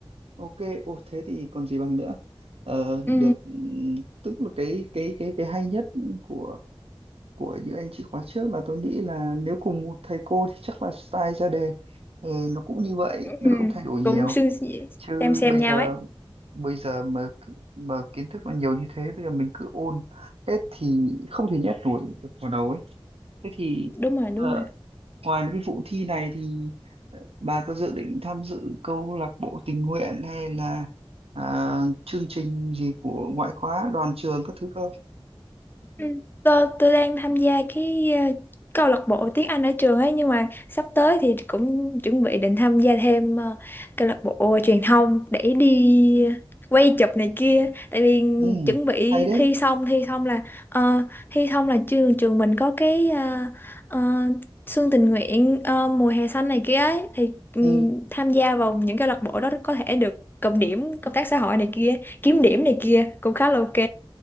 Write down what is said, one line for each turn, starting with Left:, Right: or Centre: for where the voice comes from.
Right: ok ô thế thì còn gì bằng nữa Ờ,
Left: ừ,
Right: được ừm, tức là cái cái cái cái hay nhất của của những anh chị khóa trước là tôi nghĩ là nếu cùng một thầy cô thì chắc là style ra đề ừ, nó cũng như vậy
Left: Ừ.
Right: nó
Left: ừ,
Right: không thay đổi nhiều
Left: cũng xương-
Right: chứ
Left: xem xem
Right: bây
Left: nhau
Right: giờ
Left: ấy
Right: bây giờ mà cứ- mà kiến thức nó nhiều như thế bây giờ mình cứ ôn hết thì không thể nhét nổi được vào đầu ấy thế thì
Left: đúng rồi đúng
Right: ờ,
Left: rồi
Right: ngoài mấy cái vụ thi này thì bà có dự định tham dự câu lạc bộ tình nguyện hay là à, chương trình gì của ngoại khóa đoàn trường các thứ không
Left: Ừ, Tôi, tôi đang tham gia cái ờ, câu lạc bộ tiếng Anh ở trường ấy nhưng mà sắp tới thì cũng chuẩn bị định tham gia thêm ờ, câu lạc bộ truyền thông để đi quay chụp này kia tại vì
Right: ừ,
Left: chuẩn bị
Right: hay đấy
Left: thi xong thi xong là ờ, thi xong là trường trường mình có cái ờ, ờ, xuân tình nguyện ờ, mùa hè xanh này kia ấy thì ừm,
Right: ừ,
Left: tham gia vào những câu lạc bộ đó có thể được cộng điểm công tác xã hội này kia kiếm điểm này kia cũng khá là ok